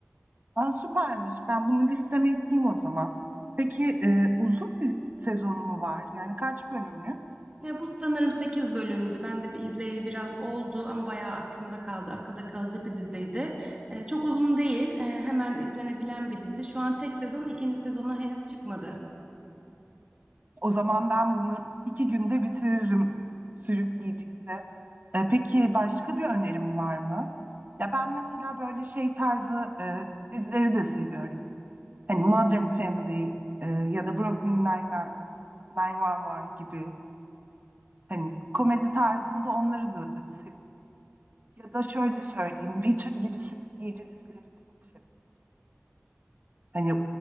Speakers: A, on the right (about 45°); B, on the right (about 25°).
A: Aa, süpermiş. Ben bunu listeme ekleyeyim o zaman. Peki e, uzun bir sezonu mu var? Yani kaç bölümlü?
B: Ya bu sanırım 8 bölümdü. Ben de bir izleyeli biraz oldu ama bayağı aklımda kaldı. Akılda kalıcı bir diziydi. Ee, çok uzun değil. ee, hemen izlenebilen bir dizi. Şu an tek sezon, ikinci sezonu henüz çıkmadı.
A: O zaman ben bunu iki günde bitiririm sürükleyiciyse. E, peki başka bir önerim var mı? Ya ben mesela böyle şey tarzı e, dizileri de seviyorum. Hani Modern Family e, ya da Brooklyn Nine-Nine, 911 gibi hani komedi tarzında onları da seviyorum. Ya da şöyle söyleyeyim Witcher gibi sürükleyici dizileri de çok seviyorum. Hani